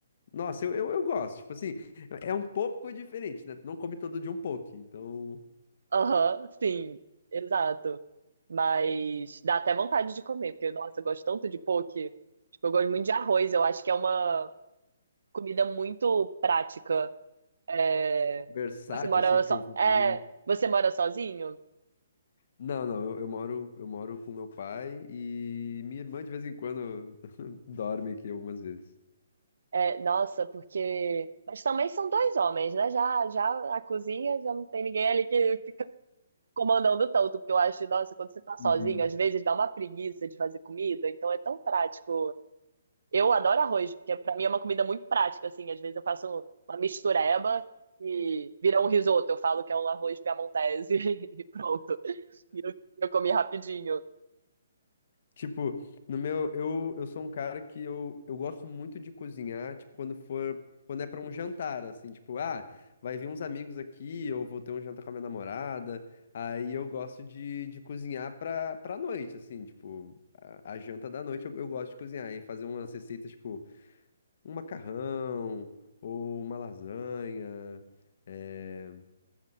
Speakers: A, on the left; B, on the right.
A: Nossa, eu, eu, eu gosto, tipo assim, é é um pouco diferente, né? Tu não come todo dia um poke, então,
B: Aham, sim, exato. Mas dá até vontade de comer, porque, nossa, eu gosto tanto de poke. Tipo, eu gosto muito de arroz, eu acho que é uma, comida muito prática. É,
A: versátil,
B: você mora
A: assim, tipo,
B: so...
A: funciona
B: é, você mora sozinho?
A: Não, não, eu, eu moro, eu moro com meu pai e minha irmã de vez em quando <laughs> dorme aqui algumas vezes.
B: É, nossa, porque. Mas também são dois homens, né? Já, já a cozinha já não tem ninguém ali que fica comandando tanto, porque eu acho, que, nossa, quando você tá sozinho,
A: Uhum.
B: às vezes dá uma preguiça de fazer comida, então é tão prático. Eu adoro arroz, porque pra mim é uma comida muito prática, assim. Às vezes eu faço uma mistureba e vira um risoto. Eu falo que é um arroz piamontese <laughs> e pronto. E eu, eu comi rapidinho.
A: Tipo, no meu, eu, eu sou um cara que eu, eu gosto muito de cozinhar, tipo, quando for, quando é pra um jantar, assim, tipo, ah, vai vir uns amigos aqui, eu vou ter um jantar com a minha namorada, aí eu gosto de, de cozinhar pra, pra noite, assim, tipo, a, a janta da noite eu, eu gosto de cozinhar e fazer umas receitas, tipo, um macarrão ou uma lasanha. eh,